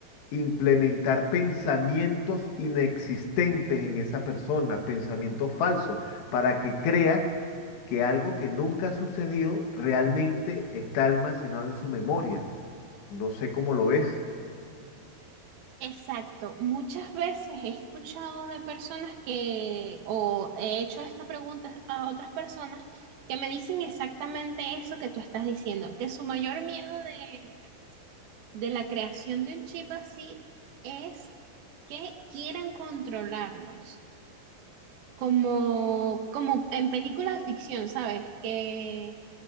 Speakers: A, on the left; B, on the right.
A: implementar pensamientos inexistentes en esa persona, pensamientos falsos, para que crea que algo que nunca ha sucedido realmente está almacenado en su memoria. No sé cómo lo ves.
B: Exacto. Muchas veces he escuchado de personas que, o he hecho esta pregunta a otras personas, que me dicen exactamente eso que tú estás diciendo, que su mayor miedo de de la creación de un chip así es que quieran controlarlos, como, como en películas de ficción, ¿sabes? Que,